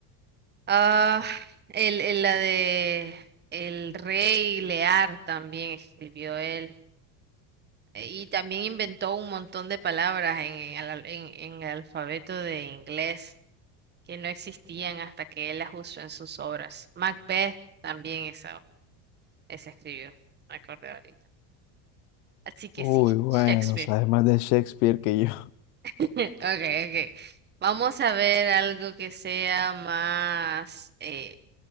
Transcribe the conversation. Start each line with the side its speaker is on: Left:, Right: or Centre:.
Right: Ah, el, el- la de El Rey Lear también escribió él. eh, Y también inventó un montón de palabras en, el al- en- en el alfabeto de inglés que no existían hasta que él las usó en sus obras. Macbeth también esa, esa escribió, me acordé ahorita. Así que
Left: Uy,
Right: sí,
Left: bueno,
Right: Shakespeare.
Left: sabes más de Shakespeare que yo.
Right: <laughs> Okay, okay. Vamos a ver algo que sea más, eh,